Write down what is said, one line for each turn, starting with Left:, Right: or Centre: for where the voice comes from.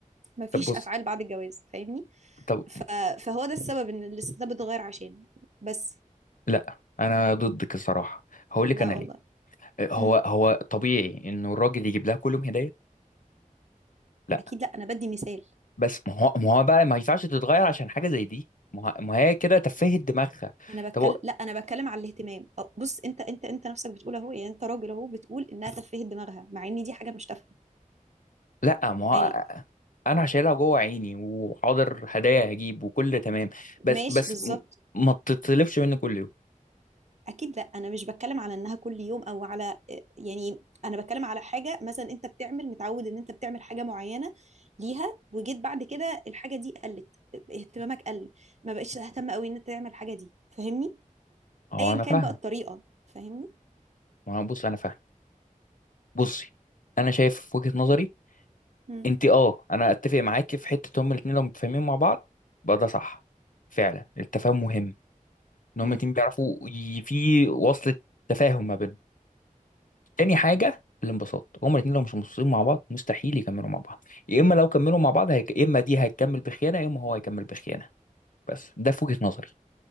Right: ما فيش
Left: طب بص
Right: أفعال بعد الجواز فاهمني
Left: طب
Right: ف... فهو ده السبب ان الستات بتتغير عشان بس
Left: لا انا ضدك الصراحه هقول لك
Right: لا
Left: انا
Right: والله
Left: ليه هو
Right: مم.
Left: هو طبيعي انه الراجل يجيب لها كل يوم هديه لا
Right: اكيد لا انا بدي مثال
Left: بس ما هو ما هو بقى ما ينفعش تتغير عشان حاجه زي دي ما هو- ما هي كده تفهت دماغها
Right: انا بتكلم
Left: طب هو-
Right: لا انا بتكلم على الاهتمام أو بص انت انت انت نفسك بتقول اهو يعني انت راجل اهو بتقول انها تفهت دماغها مع ان دي حاجه مش تافهه
Left: لا ما هو
Right: يعني
Left: انا شايلها جوه عيني وحاضر هدايا هجيب وكل تمام بس
Right: ماشي
Left: بس
Right: بالظبط
Left: م- ما تطلبش مني كل يوم
Right: اكيد لا انا مش بتكلم على انها كل يوم او على يعني انا بتكلم على حاجه مثلا انت بتعمل متعود ان انت بتعمل حاجه معينه ليها وجيت بعد كده الحاجه دي قلت اهتمامك قل ما بقتش تهتم قوي ان انت تعمل الحاجه دي فاهمني
Left: هو
Right: ايا
Left: انا
Right: كان
Left: فاهم
Right: بقى الطريقه فاهمني
Left: ما هو بص انا فاهم بصي انا شايف في وجهه نظري
Right: امم
Left: انت اه انا اتفق معاكي في حته هما الاثنين لو متفاهمين مع بعض بقى ده صح فعلا التفاهم مهم ان هما
Right: امم
Left: الاتنين بيعرفوا ي- في وصلة تفاهم ما بينهم تاني حاجه الانبساط هما الاثنين لو مش مبسوطين مع بعض مستحيل يكملوا مع بعض يا اما لو كملوا مع بعض هيك... يا اما دي هتكمل بخيانه يا اما هو هيكمل بخيانه بس ده في وجهه نظري